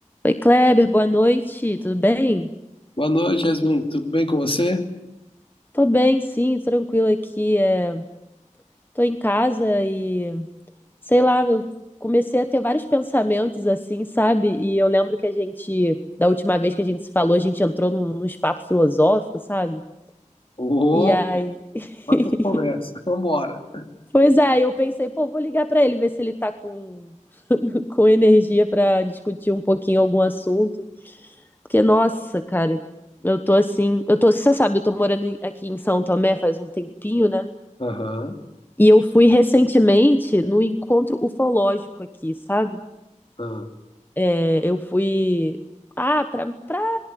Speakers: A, on the left (about 15°); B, on the left (about 45°).
A: Oi, Kleber, boa noite, tudo bem?
B: Boa noite, Yasmin. Tudo bem com você?
A: Tô bem, sim, tranquila aqui. É... Tô em casa e, sei lá, eu comecei a ter vários pensamentos assim, sabe? E eu lembro que a gente, da última vez que a gente se falou, a gente entrou num, nos papos filosóficos, sabe?
B: Ô,
A: E aí, <laughs>
B: quantas conversas. <laughs> Vambora.
A: pois é, eu pensei, pô, vou ligar pra ele, ver se ele tá com, <laughs> com energia pra discutir um pouquinho algum assunto. Porque, nossa, cara, eu tô assim, eu tô, você sabe, eu tô morando em- aqui em São Tomé faz um tempinho, né?
B: Aham,
A: E eu fui recentemente no encontro ufológico aqui, sabe?
B: aham,
A: É, eu fui. Ah, pra, pra.